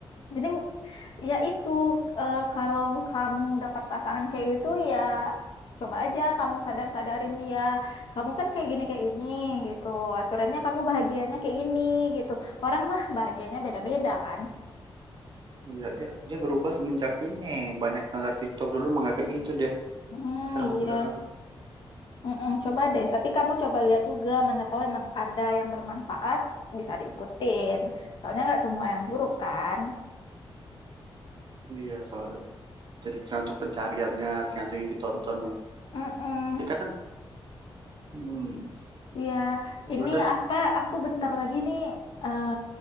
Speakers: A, on the left; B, on the right.
A: Jadi ya itu eh, kalau kamu dapat pasangan kayak itu ya coba aja kamu sadar-sadarin dia. Kamu kan kayak gini kayak ini gitu. Aturannya kamu bahagianya kayak gini gitu. Orang mah bahagianya beda-beda kan.
B: Iya, iya. dia berubah semenjak ini banyak standar TikTok dulu mah nggak kayak gitu deh.
A: Hmm,
B: Sekarang
A: iya.
B: aku udah
A: Mm-mm, coba deh, tapi kamu coba lihat juga mana tahu emang ada yang bermanfaat bisa diikutin. Soalnya nggak semua yang buruk kan.
B: iya kalau ada jadi tergantung pencariannya, tergantung yang ditontonnya.
A: mm
B: Ya Ya kadang hmm,
A: Ya,
B: ya
A: ini
B: udah,
A: apa? Aku bentar lagi nih. eh